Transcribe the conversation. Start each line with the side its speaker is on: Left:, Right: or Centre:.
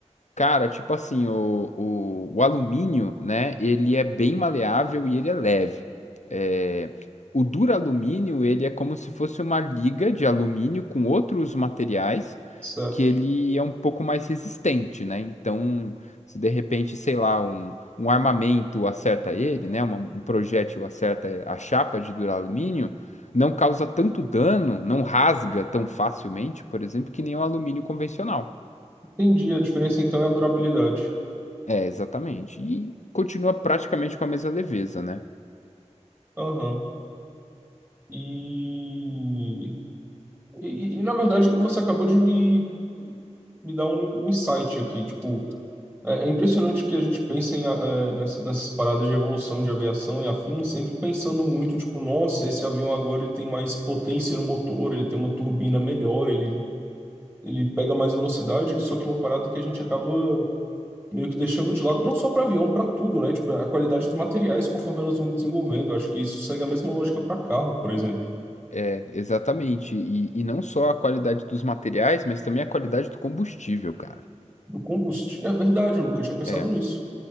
Left: Cara, tipo assim, o, o, o alumínio, né, ele é bem maleável e ele é leve. É, o duralumínio, ele é como se fosse uma liga de alumínio com outros materiais
Right: Certo.
Left: que ele é um pouco mais resistente, né? Então, se de repente, sei lá, um, um armamento acerta ele, né, uma- um projétil acerta a chapa de duralumínio, não causa tanto dano, não rasga tão facilmente, por exemplo, que nem o alumínio convencional.
Right: Entendi. A diferença então é a durabilidade.
Left: É, exatamente. E continua praticamente com a mesma leveza, né?
Right: Aham. E E, e- na verdade, você acabou de me, me dar um, um insight aqui. Tipo, é, é impressionante que a gente pense em, eh, nessa- nessas paradas de evolução de aviação e afins, sempre pensando muito, tipo, nossa, esse avião agora ele tem mais potência no motor, ele tem uma turbina melhor, ele, ele pega mais velocidade. Só que uma parada que a gente acaba meio que deixando de lado, não só para avião, para tudo, né? Tipo, a qualidade dos materiais conforme elas vão desenvolvendo. Eu Acho que isso segue a mesma lógica para carro, por exemplo.
Left: É, exatamente. E, e não só a qualidade dos materiais, mas também a qualidade do combustível, cara.
Right: Do combustível. É verdade, eu nunca tinha pensado
Left: É,
Right: nisso.